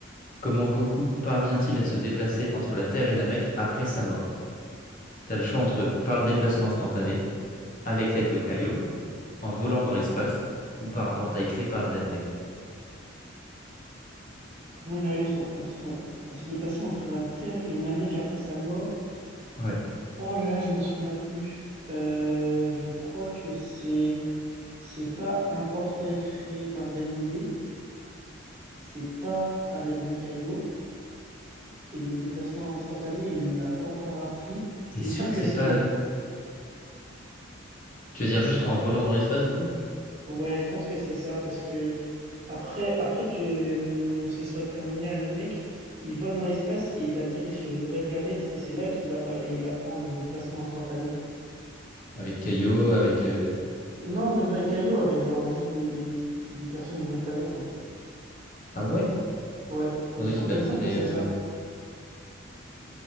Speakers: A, on the left; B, on the right.
A: Comment Goku parvient-il à se déplacer entre la Terre et Namek après sa mort? T'as le choix entre par le déplacement instantané, avec l'aide de Kaio, en volant dans l'espace, ou par un portail créé par Dende.
B: Comment il a eu à, se à se déplacer entre la Terre et Namek après sa mort?
A: Ouais.
B: Oh là là, je m'en souviens plus. Euh, je crois que c'est c'est pas un portail créé par Dende, c'est pas à l'aide de caillots. Et le déplacement instantané, il l'a pas encore appris.
A: T'es
B: Il
A: sûr
B: me semble
A: que
B: que
A: c'est
B: c'est
A: pas
B: un...
A: avec... Tu veux dire juste en volant dans l'espace du coup?
B: Ouais, je pense que c'est ça, parce que après, après que hum, ce soit terminé à Namek, il vole dans l'espace et il atterrit sur une nouvelle planète, et c'est là qu'il a- il apprend le déplacement instantané.
A: Avec Kaio, avec... euh,
B: Non, même pas avec Caillou, avec genre juste des, des personnes d'une autre planète, quoi.
A: Ah ouais?
B: Ouais,
A: Je
B: il me
A: pensais
B: semble,
A: qu'il
B: il
A: la
B: me
A: prenait...
B: semble que c'est
A: euh,
B: ça.